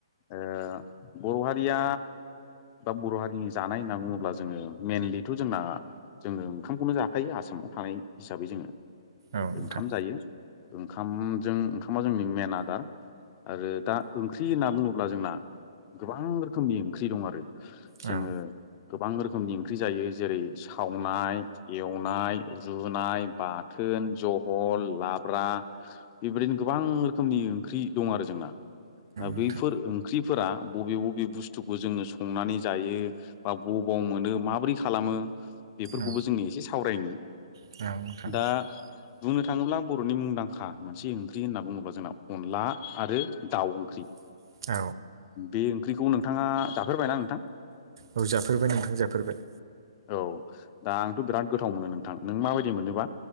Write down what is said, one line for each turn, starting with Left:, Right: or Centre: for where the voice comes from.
Left: ओ बर' हारिया बा बर' हारिनि जानाय होनना बुङोब्ला जोङो मइेनलिथ' जोंना जोङो ओंखामखौनो जाखायो आसामाव थानाय हिसाबै जोङो।
Right: औ नोंथां
Left: ओंखाम जायो ओंखामजों ओंखामा जोंनि मेन आदार। आरो दा ओंख्रि होनना बुङोब्ला जोंना गोबां रोख रोखोमनि ओंख्रि दं आरो जोङो
Right: औ औ
Left: गोबां रोखोमनि ओंख्रि जायो जेरै सावनाय एवनाय रुनाय बाथोन जहल लाब्रा बेबायदिनो गोबां रोखोमनि ओंख्रि दं आरो जोंना दा
Right: नोंथां
Left: बैफोर ओंख्रिफोरा बबे बबे बुस बुस्थुखौ जोङो संनानै जायो बा बबाव मोनो माबोरै खालामो बेफोरखौबो
Right: औ
Left: जोंनि ए एसे सावरायनि।
Right: <unintelligible>
Left: दा बुंनो थाङोब्लां बर'नि मुंदांखा मोनसे ओंख्रि होनना बुङोब्ला जोंना अनला आरो दाउ ओंख्रि।
Right: <unintelligible>
Left: बे ओंख्रिखौ नोंथाङा जाफेरबायना नोंथां?
Right: औ जाफेरबाय नोंथां जाफेरबाय।
Left: औ दा आंथ बिराद गोथाव मोनो नोंथां नों माबायदि मोनोबा?